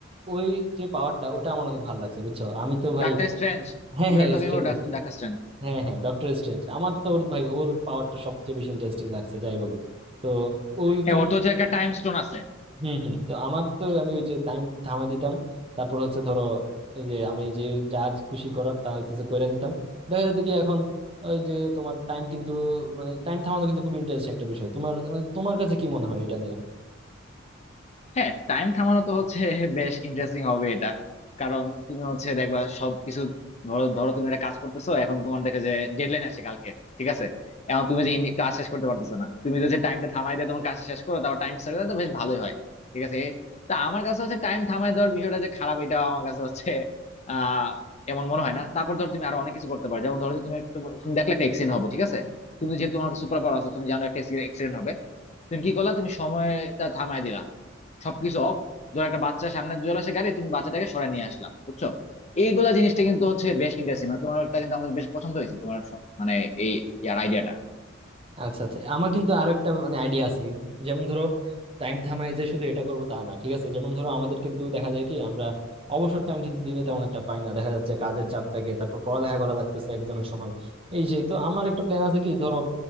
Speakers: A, on the right; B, on the left.
A: ওই যে পাওয়ারটা ওটা আমার অনেক ভালো লাগছে বুঝছো আমি তো ভাই
B: Doctor Strange
A: হ্যাঁ
B: You
A: হ্যাঁ
B: are talking
A: স্ট্রেঞ্জ
B: about Doctor Strange
A: হ্যাঁ হ্যাঁ ডক্টর স্ট্রেঞ্জ আমার তো ওর ভাই ওর পাওয়ারটা সবচেয়ে বেশি ইন্টারেস্টিং লাগছে যাই বলো তো ওই
B: হ্যাঁ
A: কিন্তু
B: ওর তো হচ্ছে একটা টাইম স্টোন আছে
A: হুম হুম তো আমার তো আমি ওই যে টাইম থামাই দিতাম তারপর হচ্ছে ধরো এই যে আমি যে যা খুশি করার তা হইতেছে কইরা নিতাম দেখা যেত কি এখন ওই যে তোমার টাইম কিন্তু মানে টাইম থামানো কিন্তু খুব ইন্টারেস্টিং একটা বিষয় তোমার মানে তোমার কাছে কি মনে হয় এটা নিয়ে
B: হ্যাঁ টাইম থামানো তো হচ্ছে <laughs> বেশ ইন্টারেস্টিং হবে এটা কারণ তুমি হচ্ছে দেখবা সবকিছু ধরো ধরো তুমি একটা কাজ করতেছো এখন তোমার দেখে যে ডেডলাইন আসছে কালকে ঠিক আছে এখন তুমি যে ইন- কাজ শেষ করতে পারতেছো না তুমি যদি টাইমটা থামাই দিয়ে তোমার কাজ শেষ করো তারপর টাইম স্টার্ট করো তো বেশ ভালোই হয় ঠিক আছে তা আমার কাছে হচ্ছে টাইম থামাই দেওয়ার বিষয়টা যে খারাপ এটা আমার কাছে হচ্ছে আহ এমন মনে হয় না তারপর ধরো তুমি আরো অনেক কিছু করতে পারো যেমন ধরো যে তুমি একটা তুমি দেখলে একটা এক্সিডেন্ট হবে ঠিক আছে তুমি যেহেতু তোমার সুপার পাওয়ার আছে তুমি জানো একটা এক্সিডেন্ট হবে তুমি কি করলা তুমি সময়টা থামাই দিলা সবকিছু অফ ধর একটা বাচ্চা সামনে চলে আসে গাড়ি তুমি বাচ্চাটাকে সরায় নিয়ে আসলা বুঝছো এইগুলা জিনিসটা কিন্তু হচ্ছে বেশ ইন্টারেস্টিং মানে তোমারটা কিন্তু আমাদের বেশ পছন্দ হয়েছে তোমার স- মানে এই ইয়ার আইডিয়াটা
A: আচ্ছা আচ্ছা আমার কিন্তু আরো একটা মানে আইডিয়া আছে যেমন ধরো টাইম থামায় যে শুধু এটা করবো তা না ঠিক আছে যেমন ধরো আমাদের কিন্তু দেখা যায় কি আমরা অবসর টাইম কিন্তু দিনে তেমন একটা পাই না দেখা যাচ্ছে কাজের চাপ থাকে তারপর পড়ালেখা করা লাগতেছে এক্সামের সময় এই সেই তো আমার একটা প্ল্যান আছে কি ধরো